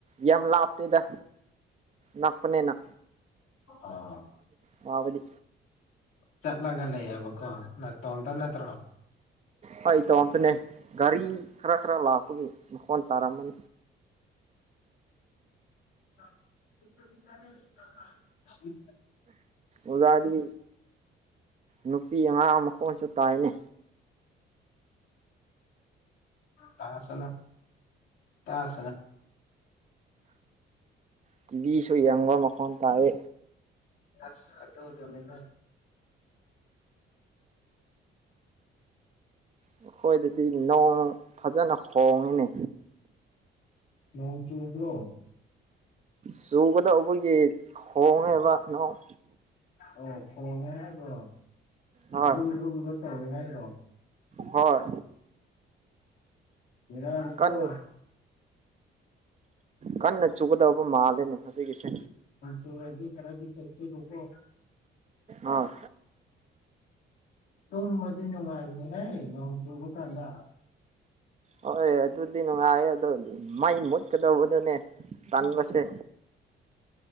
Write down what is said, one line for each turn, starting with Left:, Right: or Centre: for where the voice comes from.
Right: ꯌꯥꯝ ꯂꯥꯞꯇꯦꯗ ꯅꯛꯄꯅꯤꯅ
Left: ꯑꯥ
Right: ꯃꯥꯎꯂꯤ
Left: ꯆꯠꯂꯒ ꯂꯩꯌꯦꯕꯀꯣ ꯅꯠꯇꯣ ꯑꯝꯇ ꯅꯠꯇ꯭ꯔꯣ
Right: ꯍ ꯏ ꯇꯣ ꯑꯝꯇꯅꯦ ꯒꯥꯔꯤ ꯈꯔ ꯈꯔ ꯂꯥꯛꯄꯒꯤ ꯃꯈꯣꯟ ꯇꯔꯥꯃꯟ
Left: <inaudible>
Right: ꯎꯖꯔꯤ ꯅꯨꯄꯤ ꯑꯉꯥꯡ ꯃꯈꯣꯡꯁꯨ ꯇꯥꯏꯅꯤ
Left: ꯇꯥꯁꯅ ꯇꯥ ꯑꯁꯅ
Right: ꯇꯤꯚꯤꯁꯨ ꯌꯦꯡꯕ ꯃꯈꯣꯟ ꯇꯥꯏ
Left: ꯑꯁ ꯑꯗ ꯃꯦꯗ <inaudible>
Right: ꯑꯩꯈꯣꯏꯗꯗꯤ ꯅꯣꯡ ꯐꯖꯅ ꯍꯣꯡꯉꯤꯅꯤ
Left: ꯅꯣꯡ ꯆꯕ꯭ꯔꯣ
Right: ꯆꯨꯒꯗꯧꯕꯒꯤ ꯍꯣꯡꯉꯦꯕ ꯅꯣꯡ
Left: ꯑꯣ ꯐꯣꯡꯅꯦꯕꯣ
Right: ꯍꯣꯏ
Left: ꯭ꯔꯨꯜ ꯭ꯔꯨꯨꯝꯒ ꯆꯥꯎꯏ ꯍ ꯑꯣ
Right: ꯍꯣꯏ
Left: ꯃꯔ ꯑꯗꯨ
Right: ꯀꯟꯅ
Left: ꯊ
Right: ꯀꯟꯅ ꯆꯨꯒꯗꯕꯕ ꯃꯥꯜꯂꯦꯅꯦ ꯍꯧꯖꯤꯒꯤꯁꯦ
Left: ꯁꯔꯗꯤ ꯀꯔꯗꯤ ꯆꯠꯁꯤ ꯔꯣꯀꯣ
Right: ꯑꯣꯥ
Left: ꯇꯨꯝ ꯃꯗꯤ ꯅꯨꯡꯉꯥꯏꯕꯅꯦ ꯍꯥꯏ ꯅꯣꯡ ꯆꯕ ꯀꯥꯟꯗ
Right: ꯍꯣꯏ ꯑꯗꯨꯗꯤ ꯅ ꯉ ꯑꯗꯨꯗꯣꯗꯤ ꯃꯥꯏ ꯃꯨꯠꯀꯗꯧꯕꯗꯨꯅꯦ ꯇꯥꯟꯕꯁꯦ